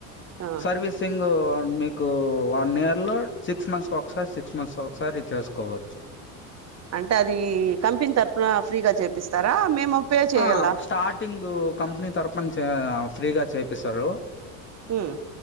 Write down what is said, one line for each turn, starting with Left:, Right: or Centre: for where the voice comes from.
Right: ఆ
Left: సర్వీసింగ్ మీకు వన్ ఇయర్ లో సిక్స్ మంత్స్ కి ఒకసారి సిక్స్ మంత్స్ కి ఒకసారి చేసుకోవచ్చు
Right: అంటే అది కంపెనీ తరపున ఫ్రీగా చేపిస్తారా మేము పే చేయాలా
Left: ఆ స్టార్టింగ్ కంపెనీ తరపున చె ఫ్రీగా చేపిస్తారు
Right: ఉమ్